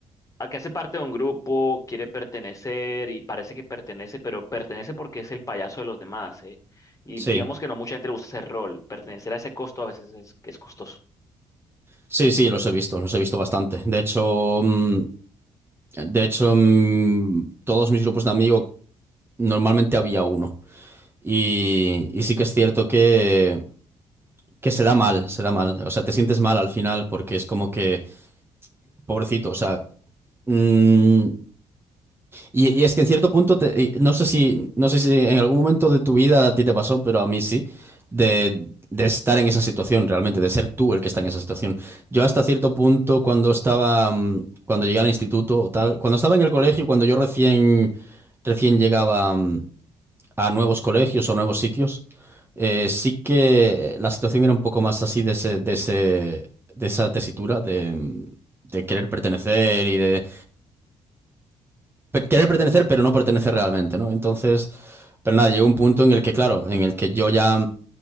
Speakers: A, on the left; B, on the right.
A: Ah, Acá hace parte de un grupo, quiere pertenecer y parece que pertenece, pero pertenece porque es el payaso de los demás, ¿eh? Y
B: Sí,
A: digamos que no mucha gente le gusta ese rol. Pertenecer a ese costo a veces es, es costoso.
B: sí, sí, los he visto, los he visto bastante. De hecho, mm, de hecho, mm, todos mis grupos de amigos normalmente había uno. Y, y sí que es cierto que, que se da mal, se da mal. O sea, te sientes mal al final porque es como que, pobrecito, o sea, mm, Y, y es que en cierto punto, te- y no sé si, no sé si en algún momento de tu vida a ti te pasó, pero a mí sí, de, de estar en esa situación realmente, de ser tú el que está en esa situación. Yo hasta cierto punto, cuando estaba, mm, cuando llegué al instituto o tal, cuando estaba en el colegio, cuando yo recién, recién llegaba mm, a nuevos colegios o nuevos sitios, eh, sí que la situación era un poco más así de ese, de ese, de esa tesitura de, de querer pertenecer y de pe- querer pertenecer, pero no pertenecer realmente, ¿no? Entonces, pero nada, llegó un punto en el que, claro, en el que yo ya